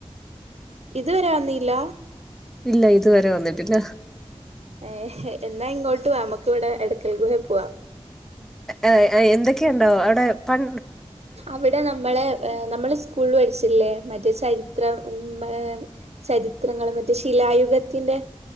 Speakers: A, on the right; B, in the centre.
A: ഇതുവരെ വന്നീല്ല
B: ഇല്ല ഇതുവരെ വന്നിട്ടില്ല.
A: ഏഹ് എന്നാ ഇങ്ങോട്ട് വാ അ മ്മക്ക് ഇവിടെ എടയ്ക്കൽ ഗുഹേൽ പോവാ
B: എഹ് എഹ് എന്തൊക്കെയുണ്ടാവോ അവിടെ പൺ
A: അവിടെ നമ്മളെ എ നമ്മള് സ്കൂൾള് പഠിച്ചില്ലേ മറ്റേ ചരിത്രം ഉം മേ ചരിത്രങ്ങളും മറ്റേ ശിലായുഗത്തിൻ്റെ